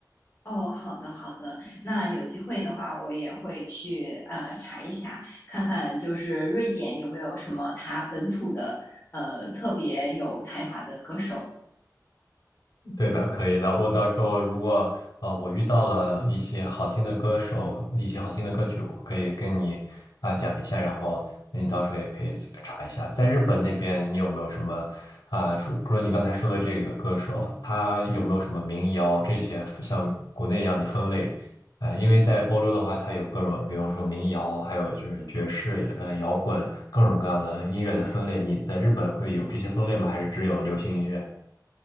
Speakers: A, on the left; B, on the left.
A: 哦，好的，好的。那有机会的话，我也会去呃查一下，看看就是瑞典有没有什么他本土的呃特别有才华的歌手。
B: 对的，可以的。我到时候如果呃我遇到了一些好听的歌手，一些好听的歌曲，我可以跟你啊、讲一下，然后你到时候也可以查一下，在日本那边你有没有什么啊、除除了你刚才说的这个歌手，他有没有什么民谣这些像国内一样的分类？呃，因为在欧洲的话，它有各种，比方说民谣，还有就是爵士、呃摇滚，各种各样的音乐的分类。你在日本会有这些分类吗？还是只有流行音乐？